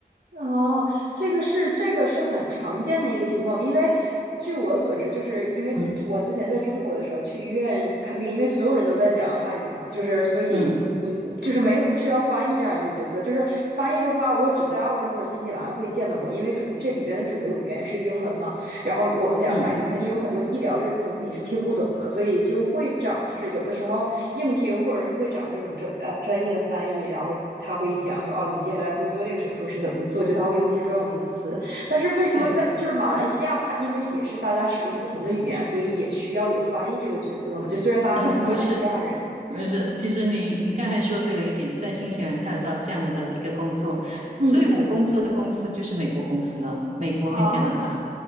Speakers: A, on the right (about 80°); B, on the right (about 50°).
A: 哦，这个是这个是很常见的一个情况吧？因为据我所知，就是因为我之前在中国的时候去医院看病，
B: 嗯
A: 因为所有人都在讲汉语嘛，就是所以你就是没有不需要翻译这样一个角色。
B: 嗯
A: 就是翻译的话，我只在澳洲或者新西兰会见到过，因为主这里边的主流语言是英文嘛。然后我们讲汉语，
B: 嗯，
A: 肯定有很多医疗类的词汇你是听不懂的，所以就会找，就是有的时候硬听，或者是会找这种专呃专业的翻译，然后他会讲说，哦，你接下来会做这个手术是怎么做，就他会用那些专有名词。但是为什么在就是马来西亚，
B: 对，
A: 他因为也是大家使用不同的语言，所以也需要有翻译这个角色嘛？就虽然大家都是马来西亚人，
B: <laughs> 不是不是，其实你你刚才说对了一点，在新西兰看得到这样的一个工作，
A: 嗯，
B: 所以我工作的公司就是美国公司啊，美国跟加拿大
A: 啊，